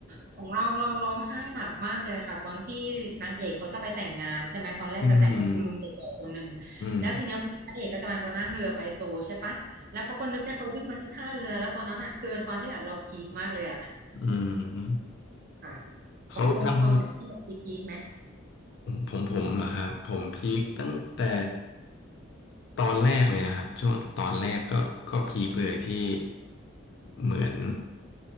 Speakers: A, on the right; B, on the left.
A: ของเราเราร้องไห้หนักมากเลยค่ะตอนที่นางเอกเขาจะไปแต่งงานใช่ไหมตอนแรกจะแต่งกับคุณลุงแก่ๆคนหนึ่ง
B: อืมอืม
A: แล้วทีเนี้ยพระเอกก็กำลังจะนั่งเรือไปโซลใช่ปะแล้วเขาก็นึกได้เขาวิ่งมาที่ท่าเรือแล้วตอนนั้นอ่ะคือตอนที่แบบเราพีคมากเลยอ่ะ
B: อืม
A: ค่ะ
B: เขาทำ
A: ของพงษ์มีตอนไหนที่แบบพีคๆไหม
B: ผมผมผมเหรอครับผมพีคตั้งแต่ตอนแรกเลยอะครับช่วงตอนแรกก็ก็พีคเลยที่เหมือน